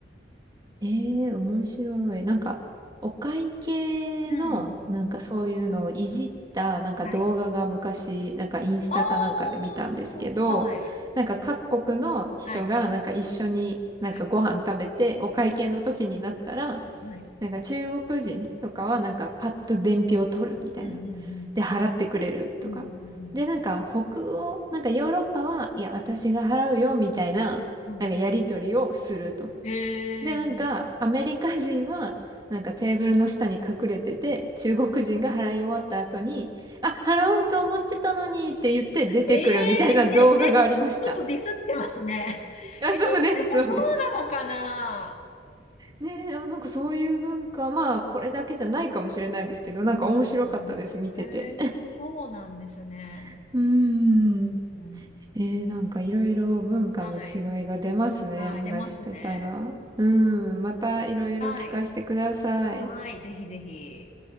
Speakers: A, on the right; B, on the left.
A: ええ面白い。なんか、お会計の、
B: うん。
A: なんかそういうのをいじった、なんか動画が昔、
B: はい。
A: なんかインスタかなんかで見たんですけど、
B: ああ、はい。
A: なんか各国の人がなんか一緒になんかご飯食べて、
B: はい。はい。
A: お会計の時になったら、
B: はい。
A: なんか中国人とかはなんかパッと伝票を取るみたいな。
B: うんうんうん
A: で、払ってくれるとか。
B: うん。うんうん
A: で、なんか北欧、なんかヨーロッパは、いや、私が払うよ、みたいな、
B: うん。うんうん。
A: なんかやり取りをすると。
B: へえ。
A: で、なんかアメリカ人は、なんかテーブルの下に隠れてて、中国人が払い終わった後に、あ、払おうと思ってたのにって言って出てくるみたいな動画がありました。
B: ええ <laughs> ちょっとディスってますね。
A: あ、
B: えー、
A: そうです、
B: でもそうなのかな
A: そうです。ねえ、あ、なんかそういう文化、まあ、これだけじゃないかもしれないですけど、なんか面白かったです、
B: うんへえ、
A: 見てて。
B: そうなんですね。
A: <laughs> うーん。
B: うんうん
A: えー、なんかいろいろ文化の違いが出ますね、
B: はい。はい、
A: お話ししてたら。
B: 出ますね。
A: うん、またいろいろ聞かせてください。
B: はい。はい、ぜひぜひ。